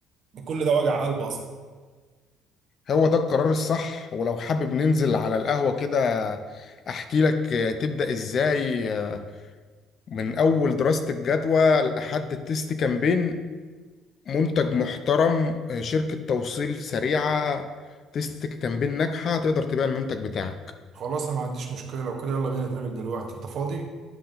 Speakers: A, on the right (about 45°); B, on the left (about 35°).
A: كل ده وجع قلب اصلا
B: هو ده القرار الصح ولو حابب ننزل على القهوة كده أحكي لك آه، تبدأ إزاي آه، من أول دراسة الجدوى لحد التست كامبين منتج محترم آه، شركة توصيل سريعة تست كامبين ناجحة تقدر تبيع المنتج بتاعك
A: خلاص انا ما عنديش مشكله لو كده يلا بينا نتقابل دلوقتي انت فاضي